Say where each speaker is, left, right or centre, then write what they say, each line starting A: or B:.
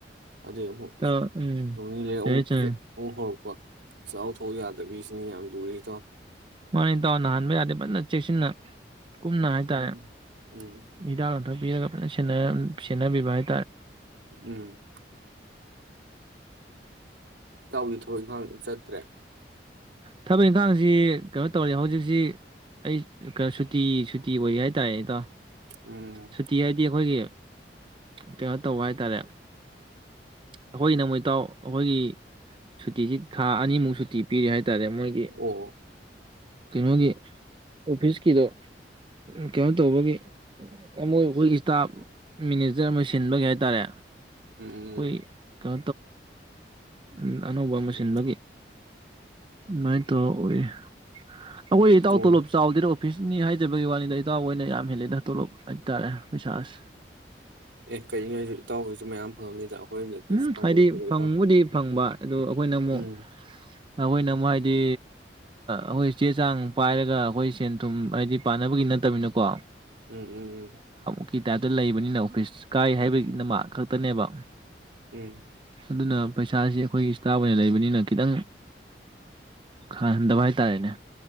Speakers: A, on the right (about 80°); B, on the right (about 30°).
A: ꯑꯗꯨꯢ ꯑꯃꯨꯛ
B: ꯏꯇꯥꯎ ꯎꯝ
A: ꯅꯣꯡꯅꯤ ꯂꯩꯔ
B: ꯆꯨꯝꯃꯤ
A: ꯑꯃꯨꯛ
B: ꯆꯨꯝꯃꯤ
A: ꯍꯦꯛ ꯑꯃꯨꯛ ꯍꯧꯔꯛꯄ ꯁꯥꯎꯠ ꯐꯧ ꯌꯥꯗꯕꯤꯁꯤꯅꯤ ꯌꯥꯝ ꯂꯨꯔꯤꯗꯣ
B: ꯃꯅꯤ ꯇ ꯅꯍꯥꯟ ꯌꯥꯗꯦ ꯆꯦꯁꯤꯟꯅ ꯀꯨꯝꯅ ꯍꯥꯏꯇꯥꯔꯦ
A: ꯎꯝ ꯎꯝ
B: ꯍꯤꯗꯥꯛ ꯂꯥꯡꯊꯛ ꯁꯅꯔ ꯁꯅꯕꯤꯕꯥꯍꯤ
A: ꯎꯝ ꯏꯇꯥꯎꯒꯤ ꯊꯕꯛ ꯏꯈꯥꯡ ꯆꯠꯇ꯭ꯔꯦ
B: ꯊꯕꯛ ꯏꯪꯈꯥꯡꯁꯤ ꯀꯩꯅꯣ ꯇꯧꯔꯤ ꯍꯧꯖꯤꯛꯁꯤ ꯑꯩ ꯁꯨꯇꯤ ꯁꯨꯇꯤ ꯑꯣꯏ ꯍꯥꯏ ꯇꯔꯦ ꯏꯗꯣ
A: ꯎꯝ
B: ꯁꯨꯇꯤ ꯍꯥꯏꯗꯤ ꯑꯩꯈꯣꯏꯒꯤ ꯀꯩꯅꯣ ꯇꯧꯕ ꯍꯥꯏꯇꯥꯥꯔꯦ ꯑꯩꯈꯣꯏꯒꯤꯅ ꯃꯣꯏ ꯏꯇꯥꯎ ꯑꯩꯈꯣꯏꯒꯤ ꯁꯨꯇꯤꯁꯤ ꯊꯥ ꯑꯅꯤꯃꯨꯛ ꯁꯨꯇꯤ ꯄꯤꯔꯦ ꯍꯥꯏ ꯇꯥꯔꯦ ꯃꯣꯏꯒꯤ
A: ꯑꯣ
B: ꯀꯩꯅꯣꯒꯤ ꯑꯣꯐꯤꯁꯀꯤꯗꯣ ꯀꯩꯅꯣ ꯇꯧꯕꯒꯤ ꯑꯃꯣꯏ ꯑꯩꯈꯣꯏ ꯏꯁꯇꯥꯞ ꯃꯦꯅꯦꯖꯔ ꯑꯃ ꯁꯤꯟꯕꯒꯤ ꯍꯥꯏꯇꯥꯔꯦ
A: ꯎꯝ
B: ꯑꯣꯏ ꯀ <inaudible> ꯎꯝ ꯑꯅꯧꯕ ꯑꯃ
A: ꯎꯝ
B: ꯁꯤꯟꯕꯒꯤ
A: ꯎꯝ
B: ꯅꯗꯨ ꯃꯥꯏ ꯇꯧꯑꯣꯏ ꯑꯩꯈꯣꯏ ꯏꯇꯧ
A: ꯑꯣ
B: ꯇꯣꯂꯞ ꯆꯥꯎꯗꯦ ꯐꯤꯁꯅꯤ ꯍꯥꯏꯖꯕꯒꯤ ꯋꯥꯅꯤꯗ ꯏꯇꯥꯎꯕ ꯑꯣꯏꯅ ꯌꯥꯝ ꯍꯦꯜꯂꯦꯗ ꯇꯣꯂꯣꯞ ꯍꯥꯏꯇꯥꯔꯦ ꯄꯩꯁꯥꯁꯦ
A: ꯑꯦ ꯀꯩꯅꯣ ꯍꯥꯏꯁꯦ ꯏꯇꯥꯎ ꯈꯣꯏꯁꯨ ꯃꯌꯥꯝ ꯐꯪꯉꯝ ꯅꯤꯗ ꯑꯩꯈꯣꯏꯗ ꯀꯔꯤꯁꯨ
B: ꯎꯝ
A: ꯐꯪꯕ
B: ꯍꯥꯏꯗꯤ
A: ꯅꯠꯇꯦ ꯗ
B: ꯐꯪꯕꯨꯗꯤ
A: ꯏꯇꯥꯎ
B: ꯐꯪꯕ ꯑꯗꯨ ꯑꯩꯈꯣꯏꯅ ꯑꯃꯨꯛ
A: ꯎꯝ
B: ꯑꯩꯈꯣꯏꯅ ꯑꯃꯨꯛ ꯍꯥꯏꯗꯤ ꯑꯩꯈꯣꯏ ꯆꯦ ꯆꯥꯡ ꯄꯥꯏꯔꯒ ꯑꯩꯈꯣꯏ ꯁꯦꯟ ꯊꯨꯝ ꯍꯥꯏꯗꯤ ꯄꯥꯅꯕꯒꯤ ꯅꯠꯇꯕꯅꯀꯣ
A: ꯎꯝ ꯎꯝ ꯎꯝ
B: ꯀꯤ ꯇꯥꯏꯞꯇ ꯂꯩꯕꯅꯤꯅ ꯑꯣꯐꯤꯁ ꯀꯥꯏ ꯍꯥꯏꯕꯒꯤ ꯅꯃꯥ ꯈꯛꯇꯅꯦꯕ
A: ꯎꯝ
B: ꯑꯗꯨꯅ ꯄꯩꯁꯥꯁꯤ ꯑꯩꯈꯣꯏꯒꯤ ꯏꯁꯇꯥꯐ ꯑꯣꯏꯅ ꯂꯩꯕꯅꯤꯅ ꯈꯤꯇꯪ ꯈꯪꯍꯟꯗꯕ ꯍꯥꯏꯇꯥꯔꯦꯅꯦ